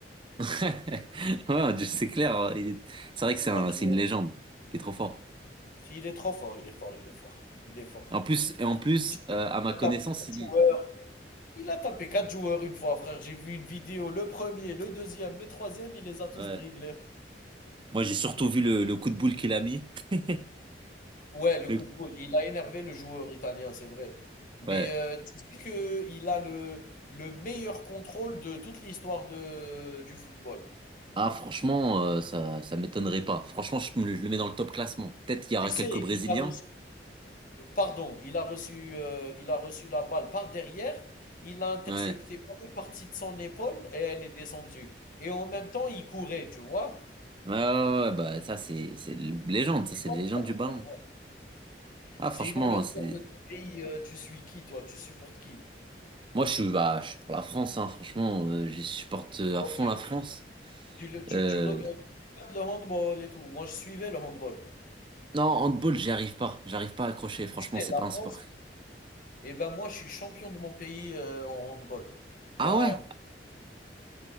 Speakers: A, on the right; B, on the left.
A: <laughs> Ouais, je- c'est clair. hein, il est- C'est vrai que
B: Le
A: c'est
B: mec,
A: un, c'est
B: il est
A: une légende. Il est trop fort.
B: Il est trop fort, il est fort, il est fort. Il est fort.
A: En plus, et en plus,
B: Il
A: euh, à ma
B: a
A: connaissance,
B: tapé quatre
A: il
B: joueurs.
A: est.
B: Il a tapé quatre joueurs une fois, frère. J'ai vu une vidéo. Le premier, le deuxième, le troisième, il les a tous
A: Ouais.
B: dribblés.
A: Moi, j'ai surtout vu le, le coup de boule qu'il a mis. <laughs>
B: Ouais, le
A: Le-
B: coup de boule. Il a énervé le joueur italien, c'est vrai. Mais
A: Ouais.
B: euh, tu sais qu'il a le, le meilleur contrôle de toute l'histoire de, du football.
A: Ah, franchement, euh, ça, ça m'étonnerait pas. Franchement, je, me- je le mets dans le top classement. Peut-être qu'il
B: Tu
A: y aura
B: sais,
A: quelques Brésiliens.
B: il a reçu Euh, Pardon, il a reçu, euh, il a reçu la balle par derrière, il a intercepté
A: Ouais.
B: par une partie de son épaule et elle est descendue. Et en même temps, il courait, tu vois?
A: Ouais, ouais, ouais, bah, ça, c'est, c'est une légende, ça,
B: Tu
A: c'est
B: vois
A: une légende
B: quoi,
A: du
B: tu
A: ballon.
B: vois?
A: Ah,
B: Sinon,
A: franchement,
B: le sport
A: c'est,
B: de ton pays, euh, tu suis qui, toi? Tu supportes qui?
A: moi, je suis, bah, je suis pour la France, hein, franchement, euh, je supporte euh,
B: Ok.
A: à fond la France.
B: Tu, le, tu,
A: Euh,
B: tu reg- tu regardes le handball et tout. Moi, je suivais le handball.
A: non, handball, j'y arrive pas, j'arrive pas à accrocher, franchement,
B: Tu sais,
A: c'est
B: la
A: pas un sport.
B: France, eh ben moi, je suis champion de mon pays euh, en handball. Il
A: Ah
B: y a,
A: ouais?